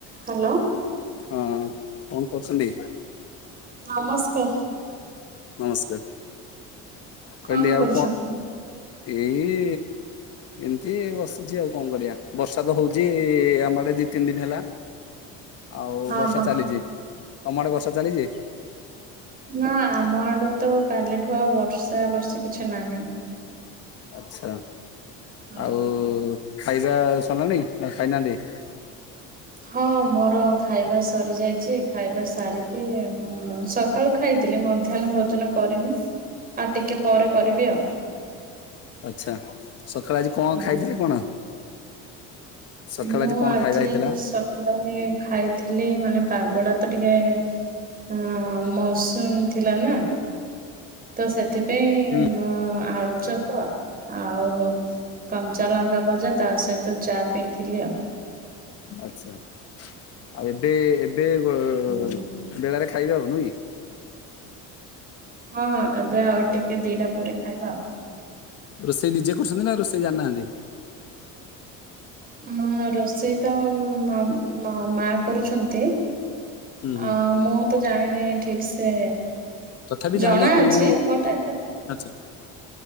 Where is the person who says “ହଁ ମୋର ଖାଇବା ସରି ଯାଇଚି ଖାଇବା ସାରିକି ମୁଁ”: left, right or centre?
Right